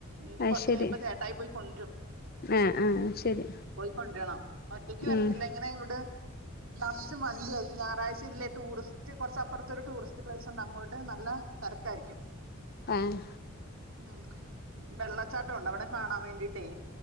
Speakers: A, on the right; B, on the left.
A: ഇനി
B: അഹ്ശരി
A: കുറച്ച് കഴിയുമ്പോ ചേട്ടായി പോയി കൊണ്ടുവരും
B: ആഹ് ആഹ് ശരി
A: കൊണ്ടരണം ഒറ്റയ്ക്ക് വരത്തില്ല
B: ഉം
A: ഇങ്ങനെ ഇവിടെ നറച്ച് വണ്ടി ഞായറാഴ്ച ഇതിലെ ടൂറിസ്റ്റ് കുറച്ചപ്പുറത്ത ഒരു ടൂറിസ്റ്റ് പ്ലേസ് ഉണ്ട് അങ്ങോട്ട് നല്ല തെരക്കായിരിക്കും
B: ഏഹ്
A: ഉം വെള്ളച്ചാട്ടവുണ്ട് അവിടെ കാണാൻ വേണ്ടിട്ടേ